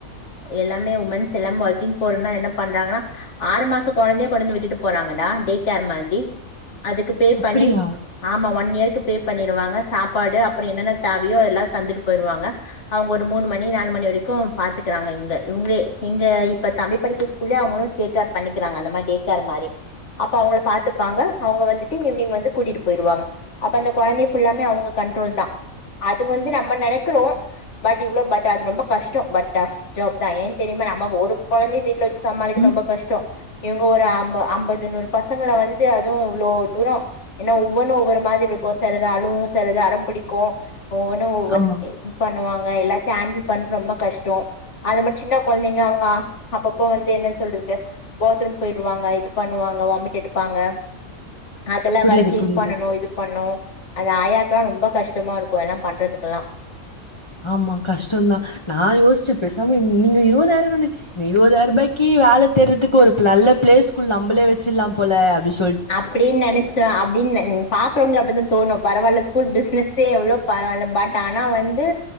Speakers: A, on the left; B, on the left.
A: எல்லாமே உமன்ஸ் எல்லாமே ஒர்க்கிங் போறனா என்ன பண்றாங்கன்னா ஆறு மாசம் குழந்தே வந்து விட்டுட்டு போறாங்கடா டே கேர் மாதிரி அதுக்கு பே
B: அப்படியா?
A: பண்ணி ஆமா ஒன் இயர்கு பே பண்ணிருவாங்க சாப்பாடு அப்புறம் என்னென்ன தேவையோ எல்லாம் தந்துட்டு போயிருவாங்க அவங்க ஒரு மூணு மணி நாலு மணி வரைக்கும் பாத்துக்கறாங்க இவுங்க இவுங்களே எங்க இப்ப தம்பி படிக்கிற ஸ்கூல்லே அவுங்களும் டேக்கேர் பண்ணிக்கிறாங்க அந்த மாதிரி டே கேர் மாரி அப்ப அவுங்கள பாத்துப்பாங்க அவங்க வந்துட்டு ஈவினிங் வந்து கூட்டிட்டு போயிருவாங்க அப்ப அந்த குழந்தைய புல்லாமே அவுங் கண்ட்ரோல் தான் அது வந்து நம்ம நினைக்கிறோம் பட் இவ்ளோ பட் அது ரொம்ப கஷ்டம் பட் டப் ஜாப் தான் ஏன் தெரியுமா நம்ம ஒரு குழந்தையவே வீட் ட்ல வச்சு சமாளிக்க
B: ம்.
A: ரொம்ப கஷ்டம் இவங்க ஒரு அம்ப ஐம்பது நூறு பசங்கள வந்து அதுவும் இவ்வளோ தூரம் ஏன்னா ஒவ்வொன்னு ஒவ்வொரு மாதிரி இருக்கும் செலது அழுவும் செலது அடம் பிடிக்கும் ஒவ்வொன்னும் ஒவ்வொரு
B: ஆமா.
A: பண்ணுவாங்க எல்லாத்தையும் ஹேண்டில் பண்ணறது ரொம்ப கஷ்டம் அது மாரி சின்ன குழந்தைங்க அவங்க அப்பப்ப வந்து என்ன சொல்றதுக்கு பாத்ரூம் போயிருவாங்க இது பண்ணுவாங்க வாமிட் எடுப்பாங்க அதெல்லாம்
B: புரியுது,
A: வேற கிளீன்
B: புரியுது.
A: பண்ணணும் இது பண்ணும் அது ஆயா தான் ரொம்ப கஷ்டமா இருக்கும் எல்லாம் பண்றதுக்கெல்லாம்
B: ஆமா கஷ்டம்தான் நான் யோசிச்சே பேசாம நீங்க இருவதாயிர தானே இந்த இருபதாயரூபாய்க்கு வேலை தேட்றதுக்கு ஒரு நல்ல பிளேஸ்கூல் நம்மளே வச்சிடலாம் போல அப்டி சொல்
A: அப்படின்னு நினைச்சேன் அப்படின்னு பாக்குறவங்கள அப்படிதான் தோணும் பரவால்ல ஸ்கூல் பிஸ்னசே எவ்ளோ பரவால்ல பட் ஆனா வந்து